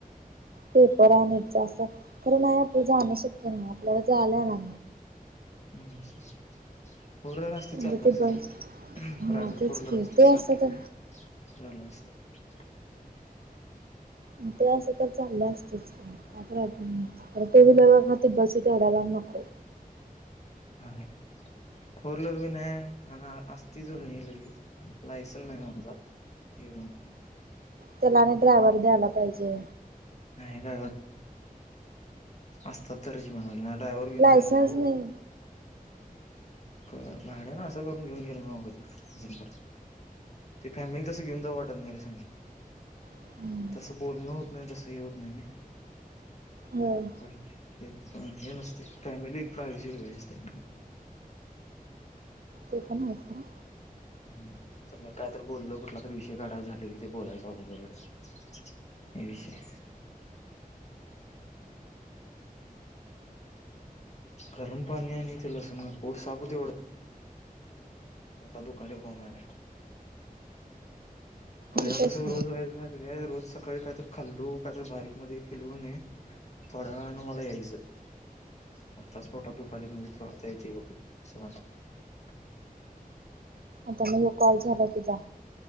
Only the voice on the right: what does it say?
पेपर आणि जा अस- खर नाही आपलं जाणं शक्य नाही आपल्याला जालं आहे ना?
म्हणजे
ते
बस
हा
तेच
ते
असतं
तर
मग ते असं तर चाललं असतचय काय प्रॉब्लेम नव्हता <unintelligible> ह तिकडच केवढ्या लांब नको?
त्यालाने ड्रायव्हर द्यायला पाहिजे
लायसन्स
नाही
हम्म.
होय
ते पण आहेस ना.
होतच
नाही.
आता म कॉल झाला तिजा?